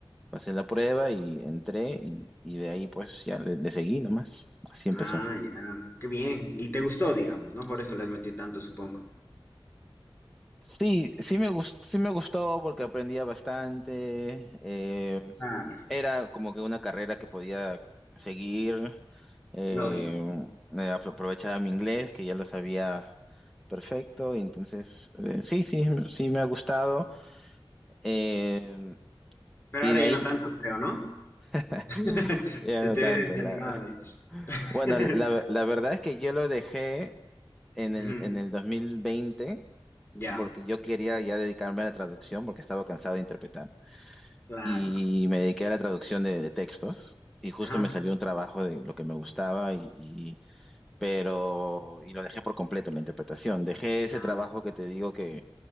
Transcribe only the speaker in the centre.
pasé la prueba y entré y, y de ahí pues ya le, le seguí nomás, así
empezó.
Sí, sí me gustó, sí me gustó porque aprendía bastante. eh,
era como que una carrera que podía seguir. eh,
eh, aprovechaba mi inglés, que ya lo sabía perfecto. Y entonces, eh, sí, sí, sí me ha gustado. eh,
y
de
ahí
<laughs>
ya
no
tanto.
la-
Bueno,
la, la verdad es que yo lo dejé en el,
en el 2020
porque yo quería ya dedicarme a la traducción porque estaba cansado de interpretar.
y me dediqué a la traducción de, de textos y justo
me salió un trabajo de lo que me gustaba y, y- pero y lo dejé por completo en la interpretación. Dejé ese
trabajo que te digo que,